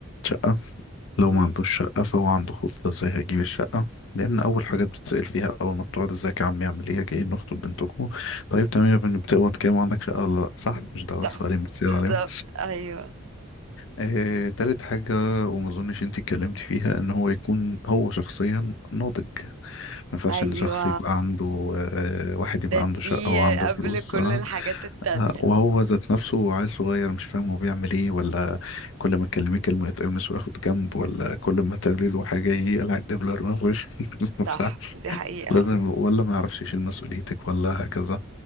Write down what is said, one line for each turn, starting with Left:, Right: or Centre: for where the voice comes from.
Left: شقة لو
Right: مم،
Left: ما عندوش شقة فهو عنده خطة ازاي هيجيب الشقة لأن أول حاجة بتتسأل فيها أول ما بتقعد ازيك يا عم يعمل ايه جايين نخطب بنتكم طيب تمام يا ابني بتقبض كام وعندك شقة ولا لأ صح مش ده أول
Right: صح
Left: سؤالين بتسأل
Right: بالظبط
Left: عليهم
Right: ايوه
Left: آه، تالت حاجة وما اظنش انت اتكلمت فيها ان هو يكون هو شخصيا ناضج ما ينفعش
Right: ايوه
Left: ان شخص يبقى عنده آه، واحد
Right: ده
Left: يبقى عنده
Right: دي
Left: شقة وعنده
Right: قبل
Left: فلوس
Right: كل
Left: آه،
Right: الحاجات التانية
Left: آه، وهو ذات نفسه عيل صغير مش فاهم هو بيعمل ايه ولا كل ما تكلميه كلمة يتقمص وياخد جنب ولا كل ما تقولي له حاجة يقلع الدبلة من وشه <laughs>
Right: صح دي حقيقة
Left: لازم ولا ما يعرفش يشيل مسؤوليتك ولا هكذا